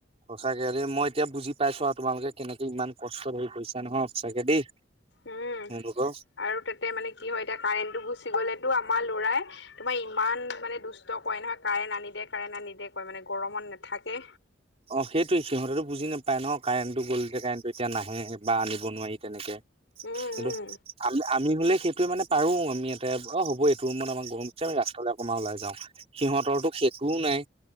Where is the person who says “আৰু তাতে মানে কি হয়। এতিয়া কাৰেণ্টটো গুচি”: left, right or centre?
Left